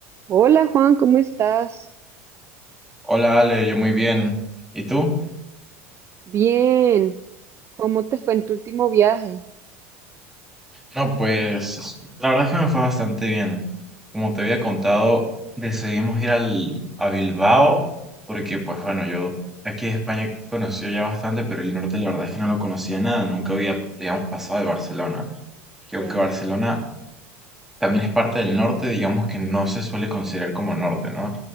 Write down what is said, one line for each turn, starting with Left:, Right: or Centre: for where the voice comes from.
Right: Hola Juan, ¿cómo estás?
Centre: Hola Ale, yo muy bien. ¿Y tú?
Right: Bien, ¿cómo te fue en tu último viaje?
Centre: No, pues la verdad es que me fue bastante bien. Como te había contado, decidimos ir al, a Bilbao porque, pues bueno, yo aquí de España conocía ya bastante, pero el norte la verdad es que no lo conocía nada. Nunca había, digamos, pasado de Barcelona. Que
Right: Ya.
Centre: aunque Barcelona también es parte del norte, digamos que no se suele considerar como norte, ¿no?